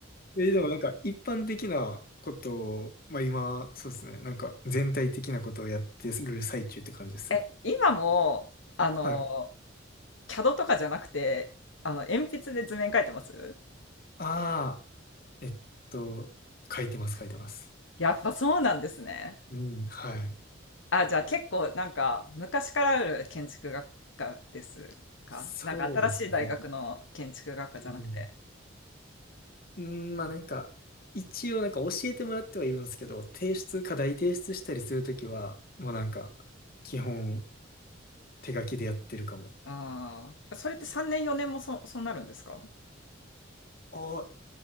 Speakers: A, on the left (about 50°); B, on the left (about 75°).
A: え、でもなんか一般的なことを、まあ今、そうですね、なんか全体的なことをやってる最中って感じですね。
B: え、今も、あの、
A: はい。
B: CAD とかじゃなくて、あの、鉛筆で図面描いてます
A: ああ、えっと、書いてます、書いてます。
B: やっぱそうなんですね。
A: うん、はい。
B: あ、じゃあ結構なんか昔からある建築学科ですかなんか新しい大学の建築学科じゃなくて。
A: そうですね。うん。うん、まあなんか、一応なんか教えてもらってはいるんですけど、提出、課題提出したりするときは、もうなんか、基本手書きでやってるかも。
B: ああ、それって3年4年もそ、そうなるんですか
A: ああ、